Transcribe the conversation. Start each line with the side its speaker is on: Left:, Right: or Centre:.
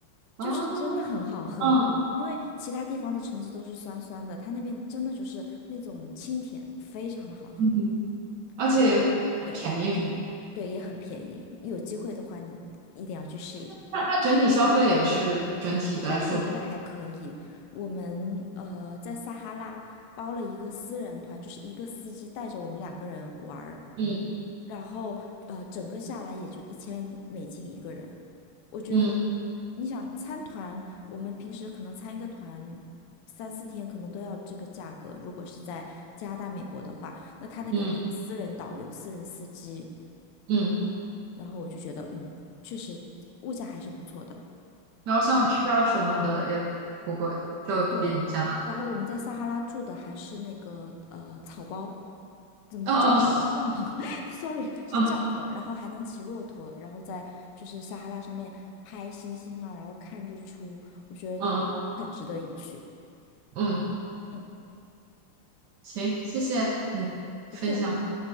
Right: 啊，
Left: 就是真的很好喝。
Right: 嗯。
Left: 因为其他地方的橙汁都是酸酸的，它那边真的就是那种清甜，非常的好喝。
Right: 嗯而且很便宜什么的
Left: 如果你对对也很便宜，有机会的话你一定要去试一试。
Right: 那那整体消费也是整体来说不
Left: 那消费我觉得还可以，我们呃在撒哈拉包了一个私人团，就是一个司机带着我们两个人玩儿，
Right: 嗯
Left: 然后呃整个下来也就一千美金一个人。我觉得
Right: 嗯
Left: 你想参团，我们平时可能参一个团。三四天可能都要这个价格，如果是在加拿大、美国的话，那他那个还是私人导游、
Right: 嗯
Left: 私人司机。
Right: 嗯。
Left: 然后我就觉得，嗯，确实物价还是不错的。
Right: 然后像吃啊什么的也不贵，就比加拿
Left: 对，嗯然后我们在撒哈拉住的还是那个呃草包，怎么帐篷？
Right: 大。嗯
Left: 帐篷 <laughs>，sorry，是帐篷，
Right: 嗯
Left: 然后还能骑骆驼，然后在就是撒哈拉上面拍星星啊，然后看日出，我觉得
Right: 嗯
Left: 很值得一去。
Right: 嗯，
Left: 嗯，
Right: 行，谢谢你分享，
Left: 不客气。